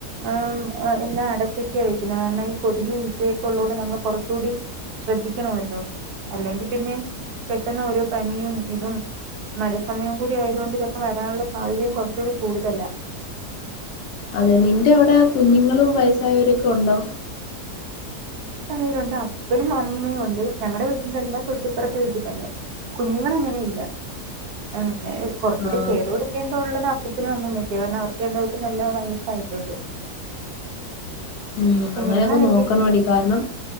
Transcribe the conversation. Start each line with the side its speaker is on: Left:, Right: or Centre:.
Right: ആമ് ആ എല്ലാ അടച്ചക്ക്യായി ന്നാ മെയ് കൊതുകും ഈച്ചയൊക്ക ഉള്ളോട് നമ്മൾ കുറച്ചൂടിം ശ്രദ്ധിക്കണമല്ലോ അല്ലെങ്കിൽ പിന്നെ പെട്ടെന്ന് ഓരോ പനിയും ഇതും മഴസമയം കൂടി ആയതൊണ്ട് രപ്പം വരാനുള്ള സാഹചര്യം കോർചൂടി കൂടുതല
Left: അതെ നിന്റെ അവടെ കുഞ്ഞുങ്ങളും വയസ്സായവരൊക്കെ ഉണ്ടോ
Right: യിലുണ്ട് അപ്പനും അമ്മയും ഉണ്ട് ഞങ്ങടെ വീട്ടിലല്ലാ തൊട്ടിപ്പുറത്തെ വീട്ടിൽ തന്നെയ കുഞ്ഞുങ്ങള് അങ്ങനെ ഇല്ല ആന്നേഹ് കോർച്ചൂടിം
Left: ആ
Right: മേലോടക്കേ ഉള്ളതാ ഇത്ത്ന് വന്നല്ലേ ക്യാര്ണം അവർക്ക് എല്ലാവക്കും നല്ല വയസ്സായിട്ടുണ്ട്
Left: ഉം
Right: കുഞ്ഞുങ്ങളായിട്ടില്ല
Left: അങ്ങനെക്ക നോക്കണോടി കാരണം